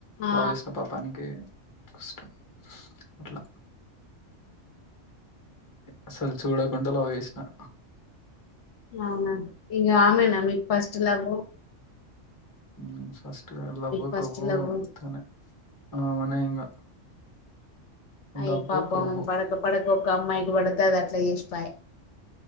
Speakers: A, on the left; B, on the left.
A: ఆ
B: లవ్ చేసిన పాపానికి. కష్టం అట్లా. అసలు చూడకుండా లావ్ చెసిన.
A: అవునా ఇగ ఆమెనా మీకు ఫస్ట్ లావ్.
B: ఆ ఫస్ట్ లవ్
A: ఫస్ట్
B: కొవ్వు
A: లవ్
B: అమ్మే ఇగ. అమ్మేనే ఇంగ.
A: అయ్య
B: లవ్వు,
A: పాపం
B: కొవ్వు.
A: పడక పడక ఒక అమ్మాయికి పడతే అది అట్లా చేసిపాయి.